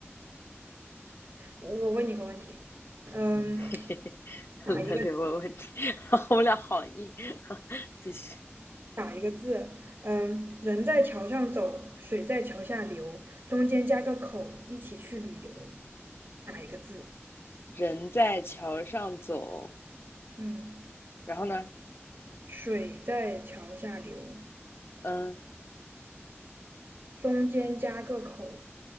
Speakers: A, on the right; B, on the left.
A: 我问你个问题，嗯，
B: <laughs>
A: 打一个
B: 轮流问问题，<laughs> 我们俩好硬。<laughs> 继续，
A: 打一个字？嗯，人在桥上走，水在桥下流，中间加个口，一起去旅游。打一个字？
B: 人在桥上走，
A: 嗯，
B: 然后呢，
A: 水在桥下流，
B: 嗯，
A: 中间加个口，